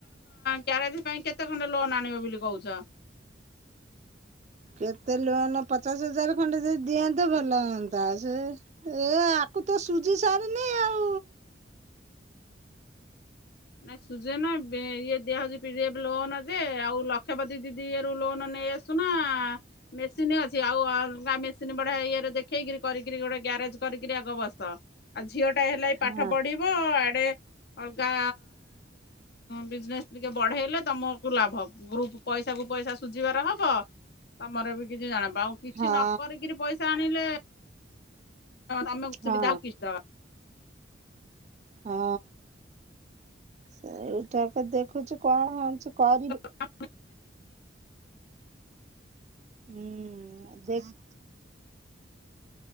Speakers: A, on the left; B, on the right.
A: କ୍ୟାରେଜ ପାଇଁ କେତେ ଖଣ୍ଡେ ଲୋନ ଆଣିବ ବୋଲି କହୁଛ?
B: କେତେ ଲୋନ ପଚାଶ ହଜାର ଖଣ୍ଡେ ଯଦ ଦିଅନ୍ତେ ଭଲ ହୁଅନ୍ତା। ଏ ଆକୁ ତ ସୁଝି ସାରିନି ଆଉ।
A: ନାଇଁ ସୁଜେ ନା ଇଏ ଦିଆହଉଛି ପିରି ଲୋନ ଯେ ଆଉ ଲକ୍ଷପତି ଦିଦି ଇରୁ ଲୋନ ନେଇ ଆସି। ସୁମ ମେସିନ୍ ଅଛି ଆଉ ଅଲଗା ମେସିନ ବଆ ଇରେ ଦେଖେଇକ କର ଗୋଟେ ଗାରେଜ କରିକରି ଆଗ ବସ। ଆଉ ଝିଅ ଟା ହେଲେ ଏ
B: ହଁ।
A: ପାଠ ପଢିବ ଆଡେ ଅଲଗା ବିଜନେସ ଟିକେ ବଢେଇଲେ ତମକୁ ଲାଭ ଗ୍ରୁପ୍ ପଇସା କୁ ପଇସା ସୁଝିବାର ହବ ତମର ବି କିଛି ଜାଣିବା ଆଉ କିଛି
B: ହଁ
A: ନ କରିକିରି ପଇସା ଆଣିଲେ ତମକୁ
B: ହଁ
A: ସୁବିଧା କିଛି ଦବା।
B: ହଁ ସେଇଠାକ ଦେଖୁଛି କଣ ହଉଛି କରିବି
A: ହଁ।
B: ହୁଁ ଦେଖ